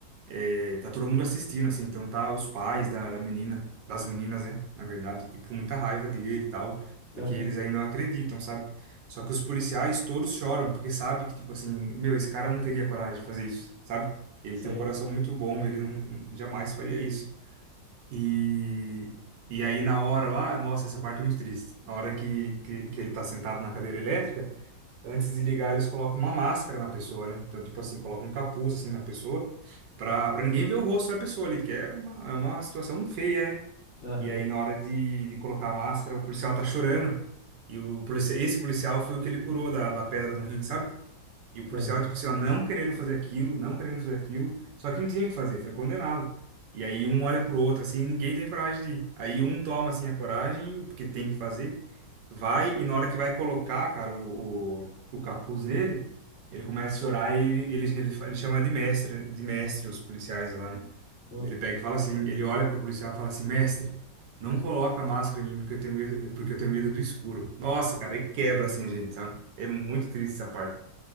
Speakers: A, on the right; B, on the left.
A: É, tá todo mundo assistindo, assim, então tá os pais da, da menina, das meninas, né, na verdade, tipo, com muita raiva dele e tal, porque
B: Aham,
A: eles ainda acreditam, sabe? Só que os policiais todos choram, porque sabe que, tipo assim, meu, esse cara não teria coragem de fazer isso, sabe? Ele
B: sei.
A: tem um coração muito bom, ele não jamais faria isso. E, e aí na hora lá, nossa, essa parte é muito triste. Na hora que, que, que ele tá sentado na cadeira elétrica, antes de ligar, eles colocam uma máscara na pessoa, né? Então, tipo assim, colocam um capuz assim na pessoa pra, pra ninguém ver o rosto da pessoa ali, porque é uma, é uma situação feia, né?
B: Aham,
A: E aí, na hora de, de colocar a máscara, o policial tá chorando. E o policia- esse policial foi o que ele curou da, da pedra do rim, sabe? E o policial,
B: aham,
A: tipo assim, ó, não querendo fazer aquilo, não querendo fazer aquilo, só que não tinha o que fazer, foi condenado. E aí um olha pro outro, assim, e ninguém tem coragem de ir. Aí um toma, assim, a coragem, porque tem que fazer, vai, e na hora que vai colocar, cara, o, o, o capuz nele, ele começa a chorar e ele, ele, ele chama de mestre, né? de mestre os policiais lá, né?
B: uhum.
A: Ele pega e fala assim, ele olha pro policial e fala assim, mestre, não coloca a máscara em mim porque eu tenho medo, porque eu tenho medo do escuro. Nossa, cara, aí quebra, assim, a gente, sabe? É muito triste essa parte.